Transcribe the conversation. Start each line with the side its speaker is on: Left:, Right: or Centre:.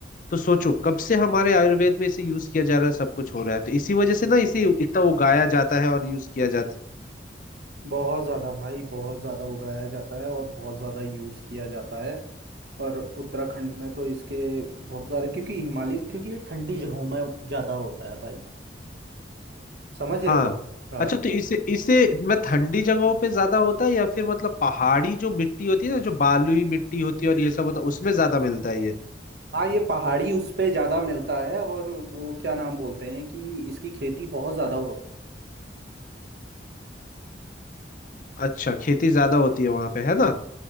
Left: तो सोचो कब से हमारे आयुर्वेद में इसे यूज किया जा रहा है सब कुछ हो रहा है तो इसी वजह से ना इसे इतना उगाया जाता है और यूज किया जाता है
Right: बहुत ज़्यादा भाई बहुत ज़्यादा उगाया जाता है और बहुत ज़्यादा यूज़ किया जाता है पर उत्तराखंड में तो इसके बहुत सारे क्योंकि हिमालयन क्योंकि ये ठंडी जगहों में ज़्यादा होता है भाई समझ रहे
Left: हाँ
Right: हो हाँ
Left: अच्छा तो इसे इसे मैं ठंडी जगहों पे ज्यादा होता है या फिर मतलब पहाड़ी जो मिट्टी होती है ना जो बालुई मिट्टी होती है और ये सब होता है उसमें ज्यादा मिलता है ये
Right: हाँ ये पहाड़ी उस पे ज़्यादा मिलता है और वो क्या नाम बोलते हैं कि इसकी खेती बहुत ज़्यादा होती है
Left: अच्छा खेती ज्यादा होती है वहां पे है ना